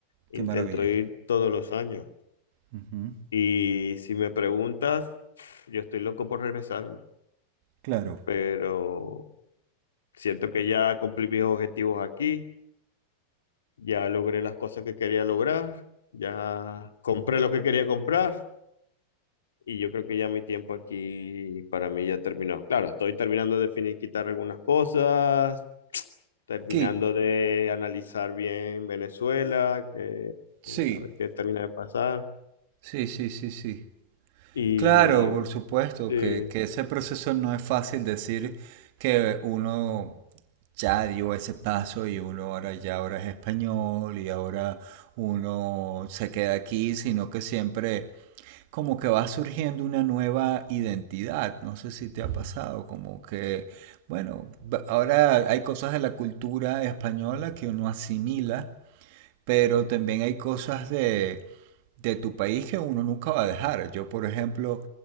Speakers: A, on the left (about 65°); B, on the right (about 45°).
A: intento
B: Qué maravilla.
A: ir todos los años.
B: Ujú.
A: Y si me preguntas, yo estoy loco por regresarme,
B: Claro.
A: pero siento que ya cumplí mis objetivos aquí, ya logré las cosas que quería lograr, ya compré lo que quería comprar, Y yo creo que ya mi tiempo aquí para mí ya terminó. Claro, estoy terminando de finiquitar algunas cosas, terminando
B: ¿Qué?
A: de analizar bien Venezuela, que,
B: Sí.
A: eh, a ver qué termina de pasar.
B: Sí, sí, sí, sí.
A: Y
B: Claro, por supuesto,
A: sí,
B: que, que ese proceso no es fácil decir que uno ya dio ese paso y uno ahora ya ahora es español y ahora uno se queda aquí, sino que siempre como que va surgiendo una nueva identidad. No sé si te ha pasado, como que, bueno, ba- ahora hay cosas de la cultura española que uno asimila pero también hay cosas de, de tu país que uno nunca va a dejar. Yo, por ejemplo,